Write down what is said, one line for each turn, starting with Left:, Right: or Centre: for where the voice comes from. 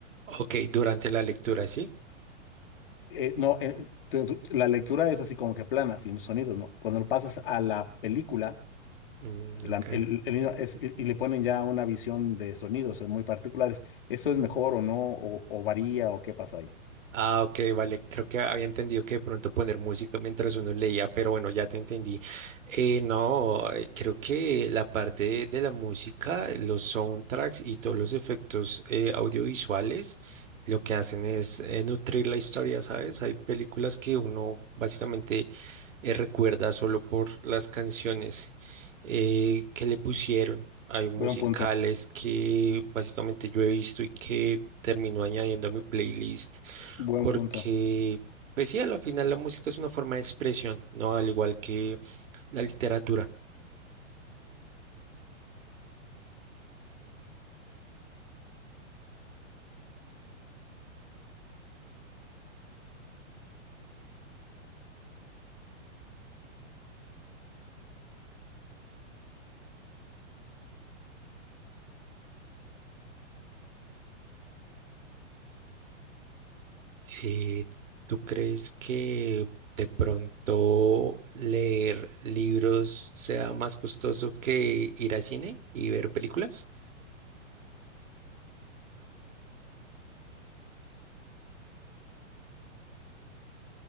Right: Ok, durante la lectura, ¿sí?
Left: Eh, no, eh, tu- tu- la lectura es así como que plana, sin los sonidos, ¿no? Cuando lo pasas a la película
Right: Mm,
Left: la-
Right: ok.
Left: el- el niño es- y, y le ponen ya una visión de sonidos eh, muy particulares, eso es mejor o no? ¿O, o varía o qué pasa ahí?
Right: Ah, ok, vale. Creo que había entendido que de pronto poner música mientras uno leía, pero bueno, ya te entendí. Eh, no, eh, creo que la parte de la música, los soundtracks y todos los efectos eh, audiovisuales, lo que hacen es eh, nutrir la historia, ¿sabes? Hay películas que uno básicamente eh, recuerda solo por las canciones eh, que le pusieron. Hay musicales
Left: Buen punto,
Right: que básicamente yo he visto y que termino añadiendo a mi playlist
Left: buen
Right: porque,
Left: punto.
Right: pues sí, a la final la música es una forma de expresión, ¿no? Al igual que la literatura. Eh, ¿tú crees que de pronto leer libros sea más costoso que ir a cine y ver películas?